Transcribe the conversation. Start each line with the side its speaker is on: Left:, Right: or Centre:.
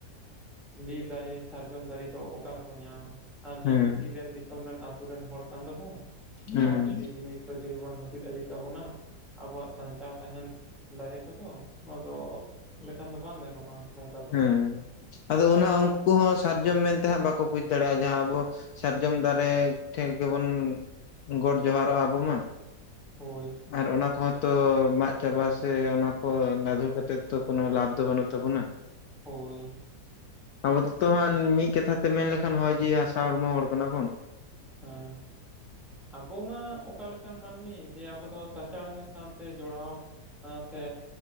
Centre: ᱵᱤᱨ ᱫᱟᱨᱮ ᱥᱟᱨᱡᱚᱢ ᱫᱟᱨᱮ ᱫᱚ ᱚᱠᱟ ᱨᱮᱠᱚ ᱧᱟᱢ
Left: ᱦᱮᱸ
Centre: ᱵᱤᱨ ᱵᱷᱤᱛᱤᱨ ᱨᱮᱱ ᱫᱤᱥᱚᱢ ᱨᱮᱱ ᱟᱛᱳ ᱨᱮᱱ ᱦᱚᱲ ᱠᱟᱱ ᱫᱚᱵᱚᱱ
Left: ᱦᱮᱸ
Centre: ᱱᱚᱣᱟ ᱡᱩᱫᱤ ᱡᱤᱱᱤᱥ ᱛᱚ ᱡᱤᱣᱤ ᱵᱚᱱ ᱦᱟᱹᱯᱤᱫ ᱤᱫᱤ ᱛᱟᱵᱚᱱᱟ ᱟᱵᱚᱣᱟᱜ ᱥᱟᱧᱪᱟᱣ ᱛᱟᱦᱮᱱ ᱫᱟᱨᱮ ᱠᱚᱛᱚ ᱱᱚᱣᱟ ᱫᱚ ᱞᱮᱠᱟᱱ ᱫᱚ ᱵᱟᱝ ᱜᱟᱱᱚᱜ-ᱟ ᱱᱚᱝᱠᱟ ᱫᱚ
Left: ᱦᱮ ᱟᱫᱚ
Centre: ᱛᱟᱦᱚᱞᱮ
Left: ᱚᱱᱟ ᱩᱱᱠᱩ ᱦᱚ ᱥᱟᱨᱡᱚᱢ ᱢᱮᱱᱛᱮ ᱦᱟᱸᱜ ᱵᱟᱠᱚ ᱵᱩᱡ ᱫᱟᱲᱮᱜ-ᱟ ᱡᱟᱦᱟᱸ ᱟᱵᱚ ᱥᱟᱨᱡᱚᱢ ᱫᱟᱨᱮ ᱴᱷᱮᱜ ᱜᱮᱵᱚᱱ ᱜᱚᱴ ᱡᱚᱦᱟᱨᱚᱜ-ᱟ ᱵᱚ ᱢᱟ
Centre: ᱦᱳᱭ
Left: ᱟᱨ ᱚᱱᱟ ᱠᱚᱦᱚ ᱛᱚ ᱢᱟᱜ ᱪᱟᱵᱟ ᱥᱮ ᱚᱱᱟ ᱠᱚ ᱞᱟᱹᱫᱷᱩᱨ ᱠᱟᱛᱮᱜ ᱛᱚ ᱠᱚᱱᱚ ᱞᱟᱵᱷ ᱛᱚ ᱵᱟᱹᱱᱩᱜ ᱛᱟᱵᱚᱱᱟ
Centre: ᱦᱳᱭ
Left: ᱟᱵᱚ ᱫᱚᱛᱚ ᱦᱟᱜ ᱢᱤᱫ ᱠᱟᱛᱷᱟ ᱛᱮ ᱢᱮᱱ ᱞᱮᱠᱷᱟᱱ ᱱᱚᱜ-ᱚᱭ ᱡᱮ ᱦᱟᱥᱟ ᱦᱚᱲᱢᱚ ᱦᱚᱲ ᱠᱟᱱᱟᱵᱚᱱ
Centre: ᱦᱮᱸ ᱟᱵᱚ ᱢᱟ ᱚᱠᱟ ᱞᱮᱠᱟᱱ ᱢᱟᱹᱱᱢᱤ ᱡᱮ ᱟᱵᱚ ᱫᱚ ᱥᱟᱪᱟᱨᱦᱮᱫ ᱥᱟᱶᱛᱮ ᱡᱚᱲᱟᱣ ᱦᱮᱥᱮ